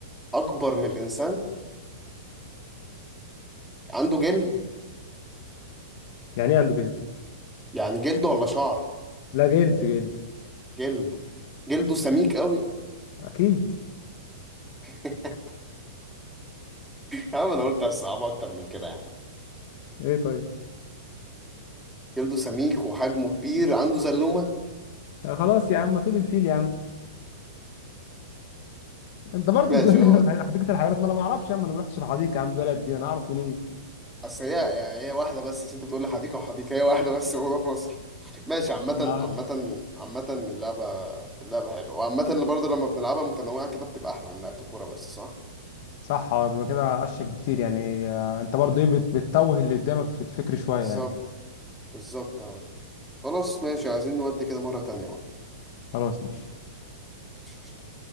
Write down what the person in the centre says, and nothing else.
اكبر من الانسان عنده جلد
يعني جلد ولا شعر
جلد جلده سميك قوي
<laughs> يا عم انا قلت هتصعبها اكتر من كده يعني
جلده سميك وحجمه كبير عنده زلومه
ماشي
هو
اصل هي يعني هي واحده بس أصل انت بتقول لي حديقه وحديقه هي واحده بس موجوده في مصر ماشي عامة
عامة عامة اللعبة اللعبة حلوة وعامة اللي برضه لما بنلعبها متنوعة كده بتبقى أحلى من لعبة الكورة بس صح؟
بالظبط
بالظبط اه خلاص ماشي عايزين نودي كده مرة تانية
بقى